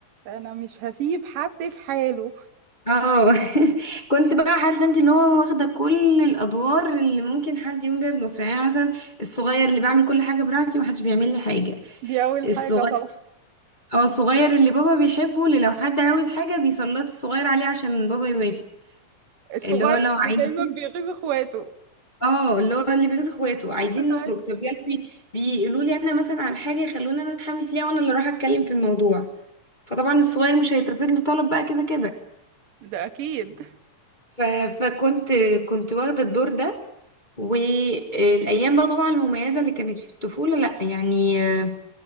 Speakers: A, on the right; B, on the left.
A: انا مش هسيب حد في حاله
B: اه <laughs> كنت بقى عارفه انت اللي هو واخده كل الادوار اللي ممكن حد يقوم بيها بالاسره يعني أنا مثلا الصغير اللي بعمل كل حاجه براحتي ومحدش بيعمل لي حاجه
A: دي أول
B: الصغير
A: حاجة طبعا
B: اه الصغير اللي بابا بيحبه اللي لو حد عاوز حاجه بيسلط الصغير عليه عشان بابا يوافق
A: الصغير
B: اللي هو لو
A: اللي
B: عايزين
A: دايما بيغيظ اخواته
B: اه اللي هو اللي بيجوز اخواته عايزين
A: <laughs>
B: نخرج طب يلا بي... بيقولوا لي انا مثلا على حاجه يخلوني انا اتحمس ليها وانا اللي اروح اتكلم في الموضوع فطبعا الصغير مش هيترفض له طلب بقى كده كده
A: ده اكيد
B: ف... فكنت كنت واخده الدور ده والايام بقى طبعا المميزه اللي كانت في الطفوله لا يعني آه،